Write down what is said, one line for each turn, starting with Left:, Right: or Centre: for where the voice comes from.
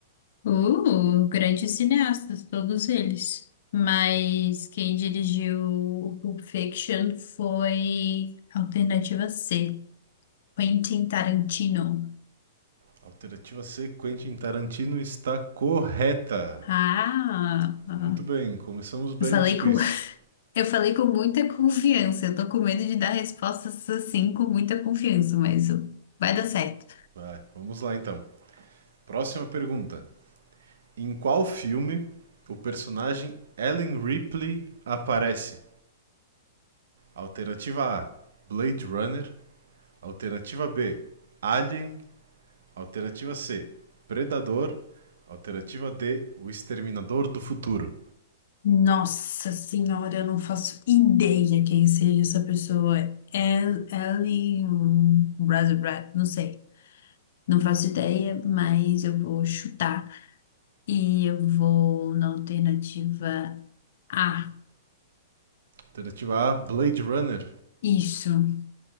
Left: Uh, grandes cineastas, todos eles. Mas quem dirigiu Pulp Fiction foi Alternativa C, Quentin Tarantino.
Right: Alternativa C: Quentin Tarantino está correta.
Left: Ah, ah.
Right: Muito bem, começamos bem
Left: eu falei
Right: nos quiz.
Left: com, <laughs> eu falei com muita confiança. Eu tô com medo de dar respostas assim com muita confiança, mas uh, vai dar certo.
Right: Vai, vamos lá então. Próxima pergunta. Em qual filme o personagem Ellen Ripley aparece? Alternativa A: Blade Runner. Alternativa B: Alien. Alternativa C: Predador. Alternativa D: O Exterminador do Futuro.
Left: Nossa senhora, eu não faço ideia quem seja essa pessoa. É Ellen Brasilbrad, não sei. Não faço ideia, mas eu vou chutar. E eu vou na alternativa A.
Right: Alternativa A: Blade Runner.
Left: Isso.